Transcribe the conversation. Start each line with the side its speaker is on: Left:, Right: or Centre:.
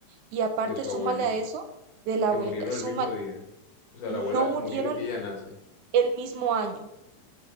Right: Y aparte,
Left: De su
Right: súmale
Left: abuelita,
Right: a eso de la
Left: que
Right: abuelita,
Left: murieron
Right: suma,
Left: el mismo día. O sea,
Right: no
Left: la abuela
Right: murieron
Left: murió y ella nace,
Right: el mismo año.